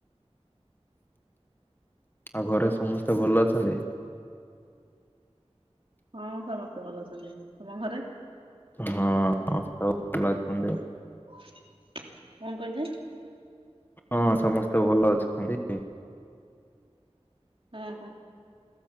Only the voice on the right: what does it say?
ହଁ ସମସ୍ତେ ଭଲ ଅଛନ୍ତି ତମ ଘରେ?
କଣ କହିଲେ?
ହଁ ହଁ।